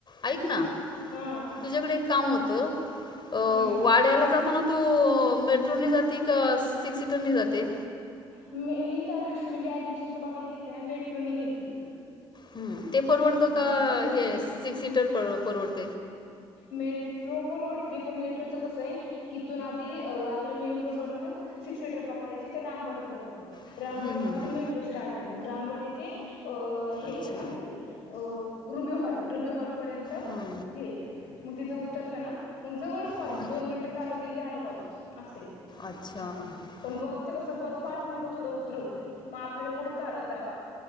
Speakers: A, on the left; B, on the left.
A: ऐक ना.
B: हा
A: तुझ्याकडे एक काम होत अ
B: हम्म
A: वाड्याला जाताना तू मेट्रोनी जाते का सिक्स सीटरनी जाते.
B: मी त्या दिवशी म्हणजे ऍडमिशनच बघाल गेलते ना मेट्रोनी गेलते.
A: हम्म ते परवडतं का
B: बस पण जाते.
A: हे सिक्स सीटर परवडत.
B: मेट्रो. परवडती पण मेट्रोच कसये हथून आधी आपल्या मेन रोड व सिक्स सीटर पकडा ची ते रामबडी पर्यंत
A: हं,
B: रामबडी
A: हं,
B: पासून
A: हं.
B: मेट्रो स्टार्टते मग रामडी ते अ हे
A: अच्छा
B: काय म्हणता ते अ रुबी हॉल रुबी हॉलपर्यंत.
A: हां
B: हे मग तिथं उतरलं ना मग जवळच कॉलेज
A: हां.
B: दोन मिनिटं चालत गेल की आलं कॉलेज. असय
A: अच्छा हं,
B: पण बसच कस बस पाठीमाग थोडं उतरवती. म आपल्याला पुढं चालत जावं लागं